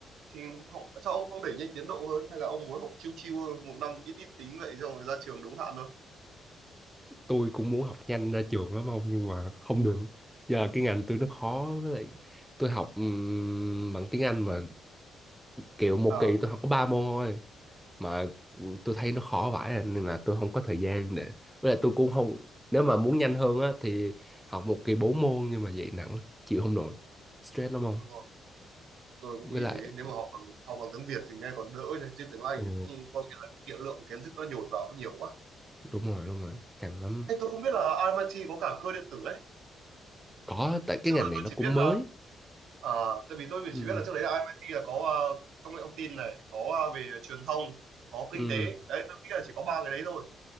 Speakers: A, on the right; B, in the centre.
A: thì họ sao ông không đẩy nhanh tiến độ hơn hay là ông muốn học chiêu chiêu một năm ít ít tín vậy xong rồi ra trường đúng hạn thôi
B: tôi cũng muốn học nhanh ra trường lắm ông nhưng mà không được giờ là cái ngành tôi nó khó với lại tôi học ừm, bằng tiếng Anh mà kiểu một
A: à
B: kỳ tôi học có ba môn thôi mà tôi thấy nó khó vãi à, nên là tôi không có thời gian để với lại tôi cũng không nếu mà muốn nhanh hơn á thì học một kỳ bốn môn nhưng mà vậy nặng lắm chịu không nổi stress lắm không
A: đúng rồi tôi cũng
B: với
A: nghĩ
B: lại
A: thế nếu mà học bằng học bằng tiếng Việt thì nghe còn đỡ nhỉ, chứ tiếng Anh
B: ồ
A: thì cũng có nghĩa là cái kiện lượng kiến thức nó nhồi vào nó nhiều quá
B: đúng rồi đúng rồi căng lắm
A: Ê, tôi không biết là MIT có cả cơ điện tử ấy
B: có tại
A: trước
B: cái ngành
A: giờ
B: này
A: tôi
B: nó
A: chỉ
B: cũng
A: biết
B: mới
A: là Ờ, tại vì tôi
B: ừ
A: chỉ biết là trước đấy là IIT là có ờ, công nghệ thông tin này, có ờ, về truyền thông, có
B: ừ
A: kinh tế. Đấy, tôi nghĩ là chỉ có ba cái đấy thôi.